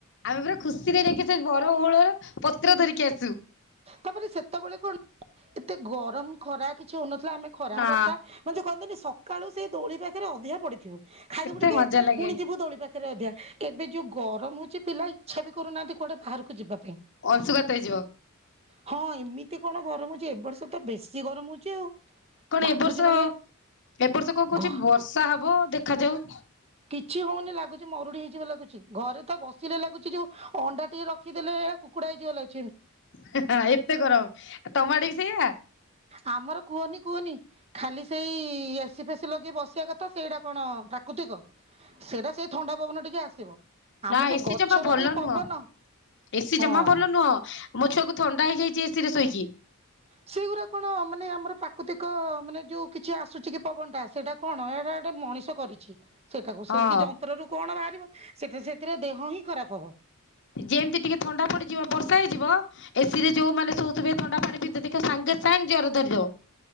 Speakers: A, on the left; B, on the right.
A: ଆମେ ପୁରା ଖୁସିରେ ଯାଇକି ସେ ବର ଓହଳର ପତ୍ର ଧରିକି ଆସୁ।
B: ତାପରେ ସେତେବେଳେ କଣ ଏତେ ଗରମ ଖରା କିଛି ହଉନଥିଲା ଆମେ ଖରା
A: ନା
B: ବର୍ଷା ମାନେ ଯୋଉ କହନ୍ତିନି ସକାଳୁ ସେ ଦୋଳି ପାଖରେ ଅଧିଆ ପଡିଥିବୁ ଖାଇଦବୁ
A: କେତେ
B: ଟିକେ
A: ମଜା ଲାଗେ
B: ପୁଣିଜିବୁ ଦୋଳି ପାଖ ହେରେ ଅଧିଆ ଏବେ ଯୋଉଁ ଗରମ ହଉଛି ପିଲା ଇଚ୍ଛା ବି କରୁନାହାନ୍ତି କୁଆଡ଼େ ବାହାରକୁ ଯିବା ପାଇଁ।
A: ଅଂଶୁ ଘାତ ହେଇଯିବ।
B: ହଁ ଏମିତି କଣ ଗରମ ଯେ ଏ ବର୍ଷ ତ ବେଶୀ ଗରମ ହଉଛି ଆଉ।
A: କଣ
B: ଲାଗୁଛି
A: ଏ ବର୍ଷ
B: ମାନେ
A: ଏ ବର୍ଷ କଣ କହୁଛି
B: ଘ
A: ବର୍ଷା ହବ ଦେଖାଯାଉ।
B: କିଛି ହଉନି ଲାଗୁଛି ମରୁଡି ହେଇଯିବ ଲାଗୁଛି ଘରେ ତ ବସିଲେ ଲାଗୁଛି ଯୋଉ ଅଣ୍ଡା ଟିଏ ରଖିଦେଲେ ଏ କୁକୁଡ଼ା ହେଇଯିବ ଲାଗୁଚି।
A: ହା ହା ଏତେ ଗରମ ତମ ଆଡେବି ସେଇଆ।
B: ଆମର କୁହନି କୁହନି। ଖାଲି ସେଇ ଏସି ଫେସି ଲଗେଇ ବସିବା କଥା ସେଇଟା କଣ ପ୍ରାକୃତିକ? ସେଇଟା ସେଇ ଥଣ୍ଡା ପବନ ଟିକେ ଆସିବ। ଆମ
A: ନା
B: ଯୋଉ
A: ଏସିି
B: ଗଛର
A: ଜମା ଭଲ
B: ଯୋଉ ପବନ
A: ନୁହଁ ଏସିି
B: ହଁ
A: ଜମା ଭଲ ନୁହଁ। ମୋ ଛୁଆକୁ ଥଣ୍ଡା ହେଇଯାଇଛି ଏସିରେ ଶୋଇକି।
B: ସେଇଗୁଡା କଣ ମାନେ ଆମର ପ୍ରାକୃତିକ ମାନେ ଯୋଉ କିଛି ଆସୁଛି କି ପବନ ଟା ଆସୁଛି। ସେଇଟା କଣ ଏଇଟା ଗଟେ ମଣିଷ କରିଚି। ସେଠାକୁ ସେ
A: ହଁ
B: କିି ଯନ୍ତ୍ରରୁ କଣ ବାହାରିବ ସେ ସେଥିରେ ଦେହ ହିଁ ଖରାପ ହେବ।
A: ଯେମତି ଟିକେ ଥଣ୍ଡା ପଡିଯିବ, ବର୍ଷା ହେଇଯିବ ଏସି ରେ ଯୋଉ ମାନେ ସୋଉଥିବେ ଥଣ୍ଡା ପାଣି ପିଇଦେବେ ଦେଖିବେ ସାଙ୍ଗେ ସାଙ୍ଗେ ଜ୍ୱର ଧରିଦବ।